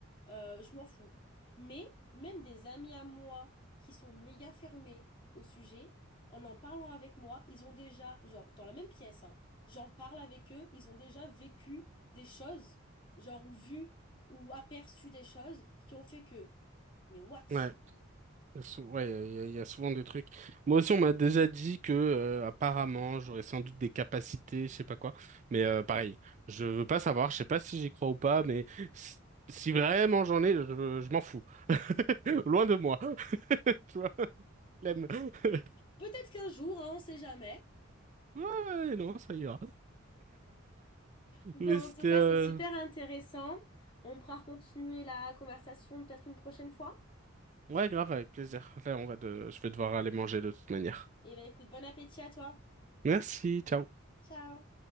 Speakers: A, on the left; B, on the right.
A: euh, je m'en fous. Mais même des amis à moi qui sont méga fermés au sujet, en en parlant avec moi, ils ont déjà, genre, dans la même pièce, hein, j'en parle avec eux, ils ont déjà vécu des choses, genre, ou vu, ou aperçu des choses qui ont fait que. Mais what
B: ouais. Il y a sou- Ouais, il y a, il y a souvent des trucs. Moi aussi, on m'a déjà dit que euh, apparemment, j'aurais sans doute des capacités, je sais pas quoi. Mais euh, pareil, je veux pas savoir, je sais pas si j'y crois ou pas, mais si si vraiment j'en ai, je, je m'en fous. <laughs> Loin de moi. <laughs> Tu vois, flemme. <laughs>
A: Peut-être qu'un jour, hein, on sait jamais.
B: Ouais, non, ça ira.
A: Bon,
B: Mais c'était
A: en tout cas,
B: euh,
A: c'est super intéressant. On pourra continuer la conversation peut-être une prochaine fois.
B: ouais, grave, avec plaisir. Là, on va de, je vais devoir aller manger de toute manière.
A: Et ben écoute, bon appétit à toi.
B: Merci, ciao.
A: Ciao.